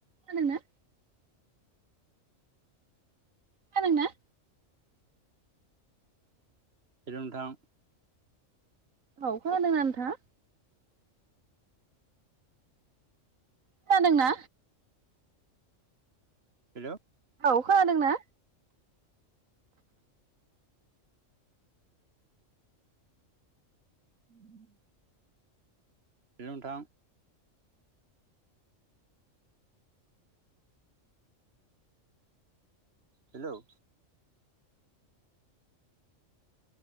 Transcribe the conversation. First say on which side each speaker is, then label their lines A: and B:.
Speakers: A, on the right; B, on the right.
A: खोंनादोंना खोनादोंना
B: होलौ नोंथां
A: औ खोनादोंना नोंथांआ खोनादोंना
B: हेलौ
A: औ खोनादोंना <inaudible>
B: हेलौ नोंथां हेलौ